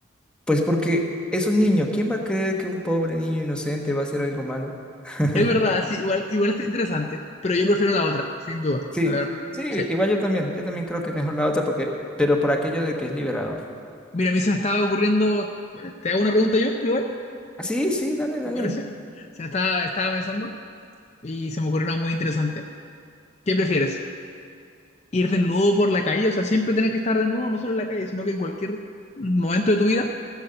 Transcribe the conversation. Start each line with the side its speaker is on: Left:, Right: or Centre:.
Centre: Pues porque es un niño. ¿Quién va a creer que un pobre niño inocente va a hacer algo malo? <laughs>
Left: Es verdad, sí, igual, igual está interesante, pero yo prefiero la otra, sin duda,
Centre: Sí,
Left: la verdad.
Centre: sí,
Left: Sí.
Centre: igual yo también. Yo también creo que mejor la otra porque, pero por aquello de que es liberador.
Left: Mira, a mí se me estaba ocurriendo, eh, ¿te hago una pregunta yo, igual?
Centre: Ah, sí, sí, dale, dale.
Left: ¿Te parece? O sea, estaba, estaba pensando y se me ocurrió una muy interesante. ¿Qué prefieres? ¿Ir desnudo por la calle? O sea, siempre tener que estar desnudo, no solo en la calle, sino que en cualquier momento de tu vida.